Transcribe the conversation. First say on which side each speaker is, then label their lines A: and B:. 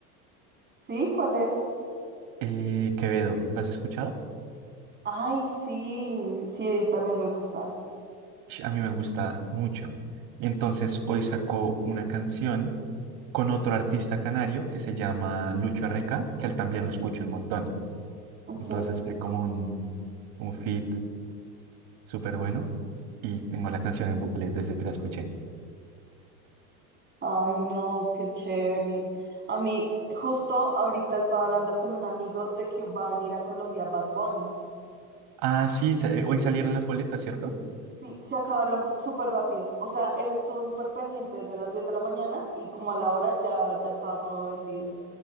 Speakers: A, on the right; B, on the right.
A: ¿Sí? ¿Cuál es?
B: eh, Quevedo, ¿lo has escuchado?
A: Ay, sí, sí, también me gusta.
B: Sh, A mí me gusta mucho. Y entonces hoy sacó una canción con otro artista canario que se llama Lucho R K, que él también lo escucho un montón.
A: Ok.
B: Entonces fue como un, un feat súper bueno. y tengo la canción en bucle desde que la escuché.
A: Ay, no, qué chévere. A mí, justo ahorita estaba hablando con un amigo de que va a venir a Colombia Bad Bunny.
B: Ah, sí, sa- eh, hoy salieron las boletas, ¿cierto?
A: Sí, se acabaron súper rápido. O sea, él estuvo súper pendiente desde las 10 de la mañana y como a la hora ya, ya estaba todo vendido